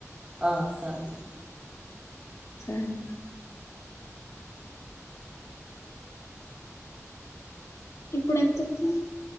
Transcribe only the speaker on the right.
ఆ సరే అండి